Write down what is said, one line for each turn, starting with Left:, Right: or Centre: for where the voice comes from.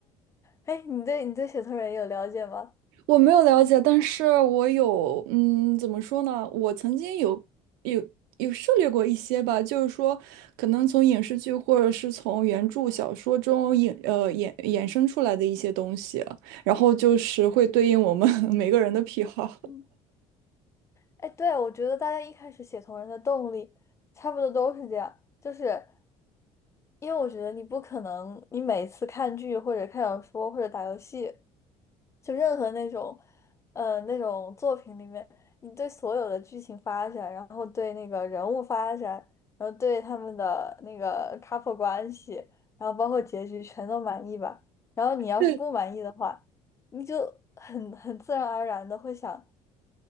Left: 哎，你对你对写同人有了解吗？
Right: 我没有了解，但是我有，嗯，怎么说呢？我曾经有有有涉猎过一些吧，就是说，可能从影视剧或者是从原著小说中引呃衍衍生出来的一些东西，然后就是会对应我们 <laughs> 每个人的癖好。
Left: 嗯，哎，对，我觉得大家一开始写同人的动力差不多都是这样，就是。因为我觉得你不可能，你每次看剧或者看小说或者打游戏，就任何那种，呃，那种作品里面，你对所有的剧情发展，然后对那个人物发展，然后对他们的那个 couple <laughs> 关系，然后包括结局全都满意吧。然后你要是不满意的话，
Right: <laughs>
Left: 你就很很自然而然的会想，